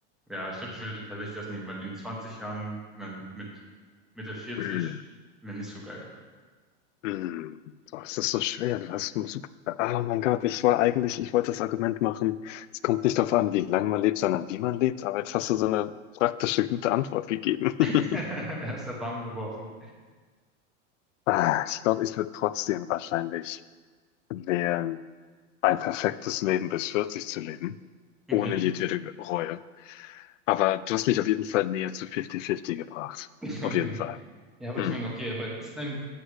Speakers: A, in the centre; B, on the left (about 85°).
A: Ja, ich glaube, ich würde tatsächlich das nehmen, weil in 20 Jahren, man, mit Mitte 40,
B: Mhm.
A: wäre nicht so geil.
B: Hm, boah, es ist so schwer. Du hast einen super. Ah, oh mein Gott, ich war eigentlich, ich wollte das Argument machen. Es kommt nicht darauf an, wie lange man lebt, sondern wie man lebt. Aber jetzt hast du so eine praktische, gute Antwort gegeben. <laughs>
A: <laughs> Aus der Bahn geworfen.
B: Ah, ich glaube, ich würde trotzdem wahrscheinlich wählen, ein perfektes Leben bis 40 zu leben, ohne
A: Okay,
B: jedwede Reue. Aber du hast mich auf jeden Fall näher zu 50-50 gebracht.
A: <laughs>
B: Auf
A: okay.
B: jeden Fall.
A: Ja, aber
B: Hm.
A: ich meine, okay, aber ist dein